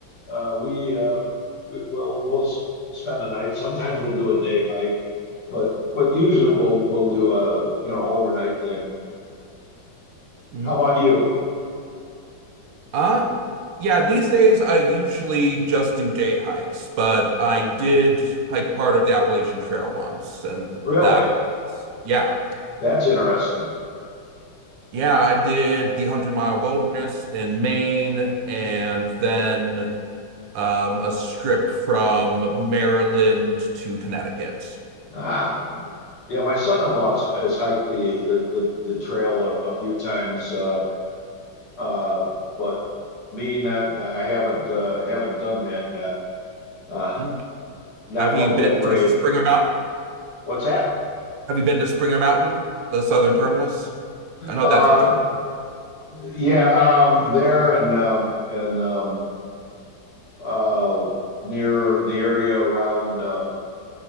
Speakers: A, on the left (about 55°); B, on the right (about 75°).
A: uh, uh, we, uh, we will we'll spend the night. Sometimes we'll do a day hike, but but usually we'll we'll do a you know overnight thing.
B: Mhm.
A: How about you?
B: Uh, yeah, these days I usually just do day hikes, but I did hike part of the Appalachian Trail once, and
A: Really?
B: that, yeah.
A: That's interesting.
B: Yeah, I did the one Hundred Mile Wilderness in Maine, and then um, a strip from Maryland to Connecticut.
A: Ah, yeah. My son-in-law has, has hiked the the the, the trail a, a few times, uh, uh, but me not. I haven't uh, haven't done that yet. Uh,
B: Mm.
A: not
B: Have
A: quite
B: you been
A: that brave.
B: to Springer Mountain?
A: What's that?
B: Have you been to Springer Mountain, the southern terminus? I know
A: Uh,
B: that's enjoyable.
A: yeah, um, there and um, and um, uh, near the area around um,